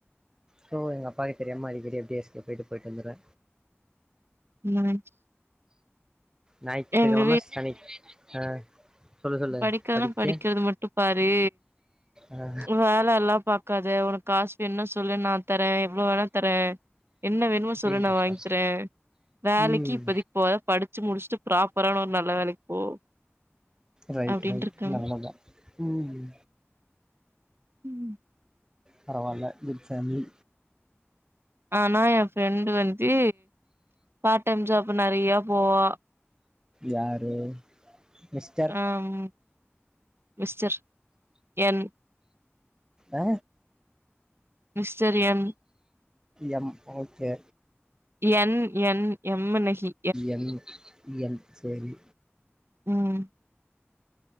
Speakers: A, on the right; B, on the right.
A: சோ எங்க அப்பாக்கு தெரியாம அடிகடி எப்டியாச்சு போயிட்டு போய்ட்டு வந்துருவ
B: ம்
A: ஞாயித்துக்கெழம
B: எங்க
A: சனி ஆ சொல்லு சொல்லு
B: படிக்கிறதுன்னா
A: படிக்க
B: படிக்கறத மட்டு பாரு
A: ஆ
B: வேல எல்லா பாக்காத உனக் காஸ் வேண்ணா சொல்லு நா தர எவ்ளோ வேணா தர என்ன வேணுமோ
A: அடேங்கப்பா
B: சொல்லு நா வாங் தர வேலைக்கு
A: ம்
B: இப்போதைக் போகத படிச்சு முடிச்சுட்டு ப்ராப்பரான ஒரு நல்ல வேலைக்கு போ
A: ரைட்
B: அப்டின்ட்டு
A: ரைட்
B: இருக்காங்க
A: நல்லதா ம்
B: ம்
A: பரவால்ல குட் ஃபேமிலி
B: ஆனா எ ஃப்ரெண்டு் வந்து பார்ட் டைம் ஜாப் நெறையா போவா
A: யாரு மிஸ்டர்
B: ஆம் மிஸ்டர் என்
A: ஆ
B: mister M
A: M okay
B: N N M னு ஹி
A: என் என் சேரி
B: ம்